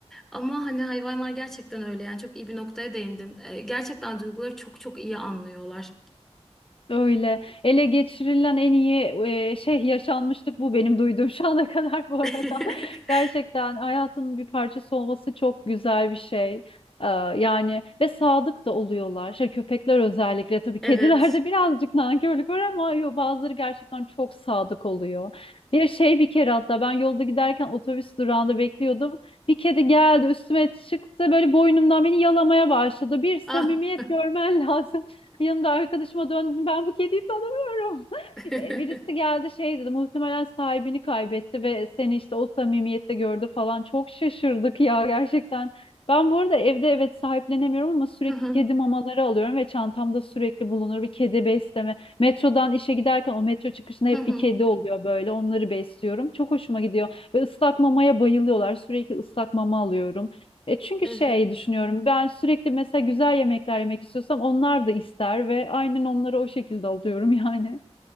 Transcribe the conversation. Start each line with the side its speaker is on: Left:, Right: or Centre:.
Centre: Ama hani hayvanlar gerçekten öyle yani çok iyi bir noktaya değindin. E, gerçekten duyguları çok çok iyi anlıyorlar.
Left: Öyle ele geçirilen en iyi e, şey yaşanmışlık bu benim duyduğum <laughs> şu ana kadar bu arada.
Centre: <laughs>
Left: <laughs> Gerçekten hayatının bir parçası olması çok güzel bir şey. Ee, yani ve sadık da oluyorlar. Şey, köpekler özellikle tabii
Centre: Evet.
Left: kedilerde <laughs> birazcık nankörlük var ama yo, bazıları gerçekten çok sadık oluyor. Bir şey bir kere hatta ben yolda giderken otobüs durağında bekliyordum. Bir kedi geldi üstüme çıktı böyle boynumdan beni yalamaya başladı. Bir samimiyet
Centre: Ah.
Left: görmen <laughs> lazım. Yanımda arkadaşıma döndüm. Ben bu kediyi tanımıyorum. <laughs>
Centre: <laughs>
Left: E, Birisi geldi şey dedi. Muhtemelen sahibini kaybetti ve seni işte o samimiyette gördü falan. Çok şaşırdık ya gerçekten. Ben bu arada evde evet sahiplenemiyorum ama sürekli
Centre: Hı hı,
Left: kedi mamaları alıyorum ve çantamda sürekli bulunur bir kedi besleme. Metrodan işe giderken o metro çıkışında
Centre: hı
Left: hep
Centre: hı.
Left: bir kedi oluyor böyle onları besliyorum. Çok hoşuma gidiyor ve ıslak mamaya bayılıyorlar sürekli ıslak mama alıyorum. E çünkü
Centre: Evet.
Left: şey düşünüyorum ben sürekli mesela güzel yemekler yemek istiyorsam onlar da ister ve aynen onları o şekilde alıyorum yani.